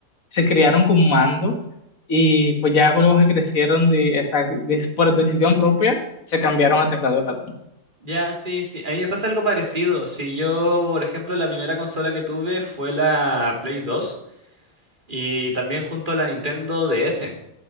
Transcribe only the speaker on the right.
Ya, sí, sí, a mí me pasa algo parecido. Si yo, por ejemplo, la primera consola que tuve fue la Play 2 y también junto a la Nintendo DS.